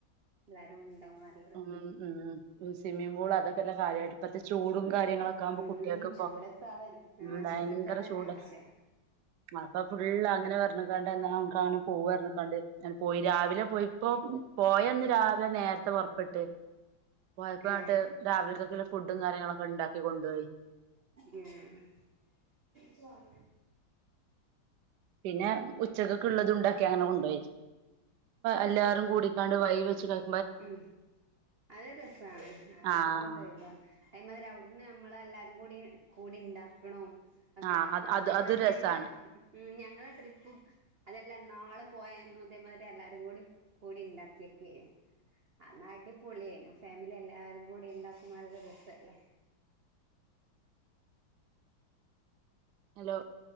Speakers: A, on the right; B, on the right.
A: എല്ലാരും ണ്ടാവുമ്പോ ന
B: ഉം ഉം സ്വിമ്മിംഗ് പൂൾ അതക്കെല്ലേ കാര്യായി ഇപ്പത്തെ ചൂടും കാര്യങ്ങളൊക്കെ ആകുമ്പോ
A: ഉം
B: കുട്ട്യേക്ക് പ്പൊ
A: ചൂടത്താതൻ
B: ഉം
A: ആ
B: ഭയങ്കര
A: ചൂടത്താതന്നെ
B: ചൂട്
A: ആവശ്യം
B: അപ്പ ഫുള്ള് അങ്ങനെ പർഞ്ഞ്ക്കാണ്ട് ന്ന കാണ് പോവാ പർഞ്ഞ്ക്കാണ്ട് ഞ പോയി. രാവിലെ പോയിപ്പോ പോയന്ന് രാവിലെ നേര്ത്തെ പൊർ ട്ട് കൊഴപ്പായിട്ട്
A: ഏ
B: രാവിലത്തേക്ക്ള്ള ഫുഡും കാര്യങ്ങളൊക്കെ ണ്ടാക്കി കൊണ്ടോയി.
A: ഏഹ് ചാല
B: പിന്നെ ഉച്ചകക്ക്ള്ളത് ണ്ടാക്കി അങ്ങനെ കൊണ്ടോയി. എല്ലാരും കൂടി ക്കാണ്ട് വഴി വെച്ച് ക
A: ഉം അഹ് രസാണ് അഹ്
B: ആഹ്
A: വേറെ വൈബ. അയ്മതര അഒട്ന്ന് നമ്മള എല്ലാരും കൂടി കൂടി ണ്ടാക്ക്ണും ഒക്കെ
B: ആഹ്
A: രസാ.
B: അത് അത്
A: അതേമാതിരി
B: അതൊരു രസാണ്
A: ഞങ്ങളെ ഉം ഞങ്ങളെ ട്രിപ്പും അതെല്ല ഇന്നാള് പോയന്നും ഇതേമാതിരി എല്ലാരും കൂടി കൂടി ണ്ടാക്കിയക്കേനി. അന്ന് അടിപൊളിയേനു ഫാമിലി എല്ലാരും കൂടി ണ്ടാക്കും നല്ല രസല്ലേ.
B: ഹലോ